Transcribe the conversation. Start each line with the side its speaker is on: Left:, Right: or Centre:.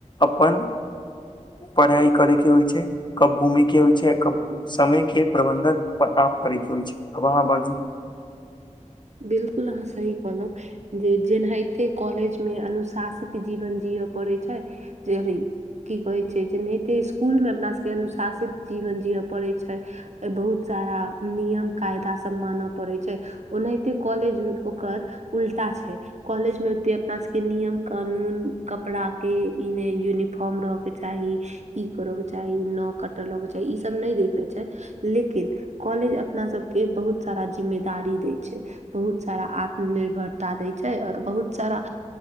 Left: अप्पन पढ़ाइ करै के होइ छै, कब घूमि के होइ छै कब समय के प्रबंधन छै। अब अहाँ बाजू
Right: बिल्कुल अहां सही कहलौ जे जेनाहिते कॉलेज मे अनुशासित जीवन जियऽ पड़ै छै। जे की कहै छै। जेनाहिते स्कुलमे अपना सभके अनुशासित जीवन जियय पड़ै छै। बहुत सारा नियम कायदा सब मानऽ पड़ै छै। ओनाहिते कॉलेज ओकर उल्टा छै। कॉलेज में ओते अपना सबके नियम कानून कपड़ा के इ ने यूनिफॉर्म रह के चाही ई करऽ के चाही न कटल के चाही ई सब नहि देखे छै। छै। लेकिन कॉलेज अपना सब के बहुत सारा जिम्मेदारी दे बहुत सारा आत्मनिर्भरता दै छै। आओर बहुत सारा